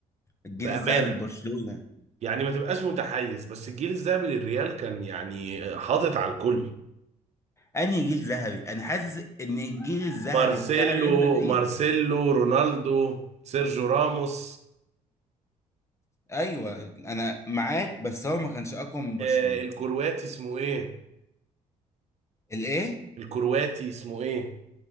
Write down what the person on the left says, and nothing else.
الجيل
الذهبي لبرشلونة
انهي جيل ذهبي انا حاسس ان الجيل الذهبي
بتاع ريال مدريد
ايوه انا معاك بس هو ما كانش اقوى من برشلونة
الايه